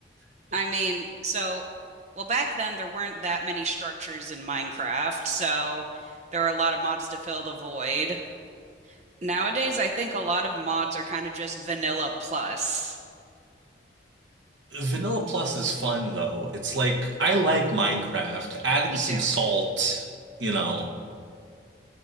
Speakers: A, on the right; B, on the right.
A: <laughs>
B: I mean, so, well, back then there weren't that many structures in Minecraft, so there were a lot of mods to fill the void. Nowadays, I think a lot of mods are kind of just vanilla plus.
A: Vanilla Plus is fun though. It's like I like Minecraft. Adding
B: Me
A: some
B: too.
A: salt, you know,